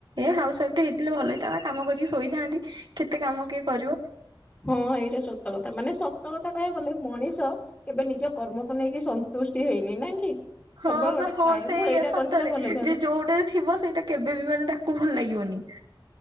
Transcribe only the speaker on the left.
ହଁ ଏଇଟା ସତ କଥା। ମାନେ ସତ କଥା କହିବାକୁ ଗଲେ ମଣିଷ କେବେ ନିଜ କର୍ମକୁ ନେଇକି ସନ୍ତୁଷ୍ଟି ହେଇନି ନାଇଁ କି।
ସବୁବେଳେ ଗୋଟେ
ଥାଏ
ମୁଁ ଏଇଟା
କରିଥିଲେ ଭଲ ହେଇଥାନ୍ତା।